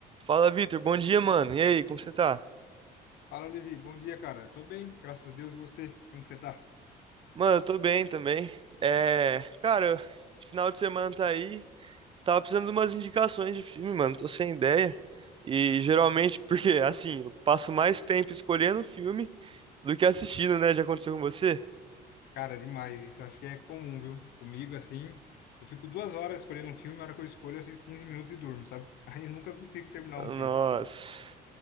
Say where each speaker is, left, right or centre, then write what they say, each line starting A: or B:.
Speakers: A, on the right; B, on the left.
A: Fala, Vitor. Bom dia, mano. E aí, como você tá?
B: Fala, Levi. Bom dia, cara. Eu tô bem, graças a Deus. E você? Como que você tá?
A: Mano, eu tô bem também. É, cara, final de semana tá aí. Tava precisando de umas indicações de filme, mano. Tô sem ideia. E geralmente, <laughs> porque assim, eu passo mais tempo escolhendo filme do que assistindo, né? Já aconteceu com você?
B: Cara, demais. Isso acho que é comum, viu? Comigo, assim, eu fico duas horas escolhendo um filme, a hora que eu escolho, eu assisto 15 minutos e durmo, sabe? <laughs> Aí eu nunca consigo terminar
A: Nossa.
B: um filme.